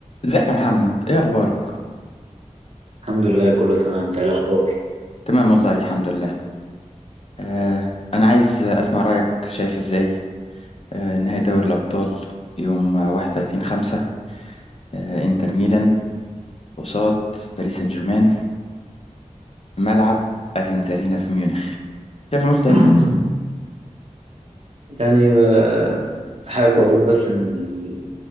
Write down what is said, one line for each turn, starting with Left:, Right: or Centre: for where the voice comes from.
Left: ازيك يا محمد ايه اخبارك
Right: الحمد لله كله تمام انت ايه الاخبار
Left: تمام والله الحمد لله آه انا عايز اسمع رايك شايف ازاي آه نهائي دوري الابطال يوم 31 5 آه انتر ميلان قصاد باريس سان جيرمان في ملعب اليانز ارينا في ميونخ شايف الماتش ده
Right: <coughs>
Left: هيكون ازاي
Right: <clears throat> يعني آه، حابب اقول بس ان ال-